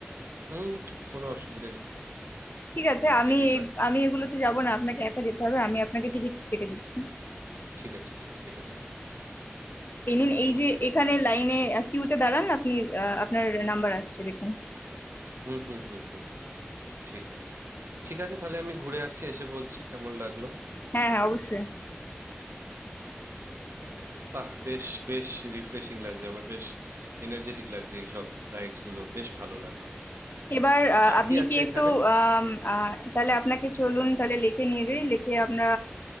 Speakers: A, on the right; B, on the left.
A: হুম কোনো অসুবিধা নেই
B: ঠিক আছে আমি
A: যেতেই
B: এই-
A: পারি
B: আমি এগুলোতে যাব না আপনাকে একা যেতে হবে আমি
A: হুম
B: আপনাকে টিকিট কেটে দিচ্ছি
A: ঠিক আছে টিকিট কেটে দিন
B: এই নিন এই
A: ওকে
B: যে এখানে লাইনে কিউতে দাঁড়ান আপনি আহ, আপনার নাম্বার আসছে দেখুন
A: হুম হুম হুম হুম হুম ঠিক ঠিক আছে তাহলে আমি ঘুরে আসছি এসে বলছি কেমন লাগলো
B: হ্যাঁ হ্যাঁ অবশ্যই
A: হুম, বাহ বেশ বেশ রিফ্রেশিং লাগছে আমার বেশ এনার্জেটিক লাগছে এইসব রাইডস গুলো বেশ ভালো লাগলো
B: এবার আহ,
A: আর
B: আপনি
A: কি আছে
B: কি একটু
A: এখানে
B: আম, আহ, তাহলে আপনাকে চলুন তাহলে লেকে নিয়ে যাই লেকে আমরা